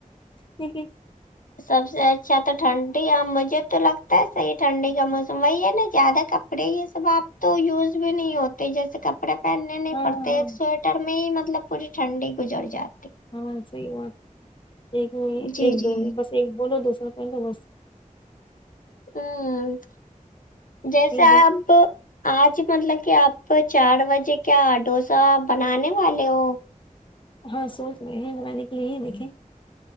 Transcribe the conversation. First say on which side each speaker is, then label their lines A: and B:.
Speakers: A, on the left; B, on the left.
A: یک
B: سب سے اچ اچھا تو ٹھنڈی ہ مجھے تو لگتا ہے صحیح ٹھنڈی کا موسم وہی ہے نا زیادہ کپڑے ہی یہ سب آپ تو یوز بھی نہیں ہوتی جیسے کہ کپڑے پہننے نہیں
A: ہاں
B: پڑتے ایک سویٹر میں ہی مطلب پوری ٹھنڈی گزر جاتی
A: ہاں سی بات ایک
B: جی
A: ایک دوون
B: جی
A: بس ایک بولو دوسرا پہل بس
B: ہوں جیسے
A: صحیح
B: آپ
A: جا
B: آج مطلب کہ آپ چار بجے کیا ڈوسا بنانے والے ہو
A: ہاں سوچ رہے ہیں میںے کے لیے ہی دیکھے